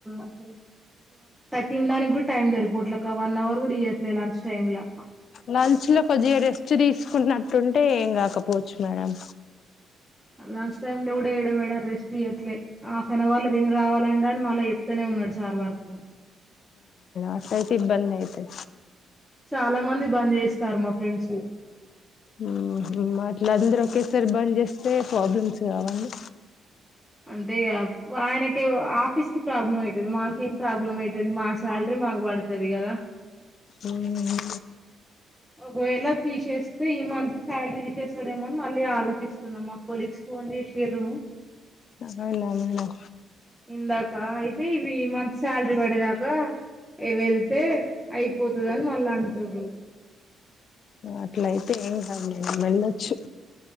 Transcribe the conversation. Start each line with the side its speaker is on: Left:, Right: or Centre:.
Centre: అసలు తినడానికి కూడా టైం సరిపోట్ల వన్ అవర్ కూడా ఇయట్లే లంచ్ టైమ్ లా
Left: లంచ్ లో కొద్దిగా రెస్ట్ తీసుకున్నట్టుంటే ఏం కా కాక పోచ్చు మేడం
Centre: లంచ్ టైమ్ లో కూడా ఏయడం మేడ రెస్ట్ ఇయ్యట్లే హాఫ్ నవర్ లో తిని రావాలంటాడు మళ్ళా చెప్తానే ఉన్నాడు సార్ వర్క్
Left: అట్టయితే ఇబ్బంది అయితది
Centre: చాలా మంది బంద్ జేస్తారు మా ఫ్రెండ్స్
Left: మ్ హ్ అట్లా అందరూ ఒకేసారి బంద చేస్ అయితే ప్రాబ్లమ్స్ కావాండి
Centre: అంటే ఆయనకి ఆఫీస్ కి ప్రాబ్లం అయితది మాకేం ప్రాబ్లం అయితది మా శాలరీ మాకు పడతది కదా
Left: మ్మ్
Centre: ఒకవేళ తీసేస్తే ఈ మంత్ శాలరీ తీసేస్తాడేమోని మళ్ళీ ఆలోచిస్తున్నాం మా కొలీగ్స్ ఫోన్ చేసిర్రు
Left: నాకాన్నా మేడం
Centre: ఇందాక అయితే ఇవి మంత్ శాలరీ పడేదాకా వెళ్తే అయిపోతాదని వాళ్ళు అంటుర్రు
Left: అట్ల అయితే ఏం కాదు లే వెళ్లొచ్చు